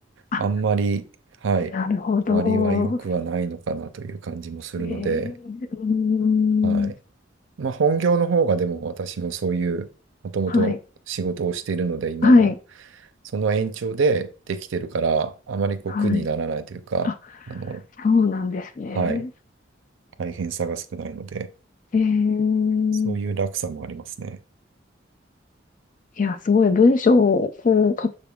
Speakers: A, on the left (about 40°); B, on the right (about 80°).
A: あ、
B: あんまり、はい、
A: なるほど。
B: 割は良くはないのかなという感じもするので、
A: そうですねうん。
B: はい。まあ本業の方がでも私もそういう、もともと仕事をしているので、
A: はい。
B: 今も、
A: はい。
B: その延長でできてるから、あまりこう苦にならないというか、
A: はい。あ、
B: あの、
A: そうなんですね。
B: はい、大変さが少ないので、
A: えー、
B: そういう楽さもありますね。
A: いや、すごい文章をこう書